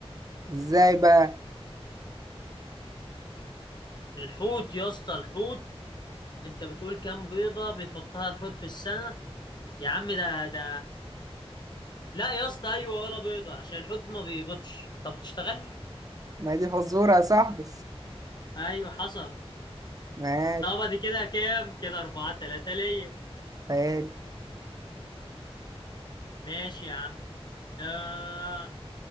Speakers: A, on the right; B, on the left.
A: ازاي بقى
B: الحوت يا اسطى الحوت انت بتقول كام بيضة بيحطها الحوت في السنة يا عم ده ده لا يا اسطى ايوه ولا بيضة عشان الحوت ما بيبيضش انت بتشتغلني
A: ما هي دي فزورة يا صاحبي
B: ايوه حصل
A: ماشي
B: طب دي كده كام كده اربعة تلاتة ليا
A: خيال
B: ماشي يا عم آه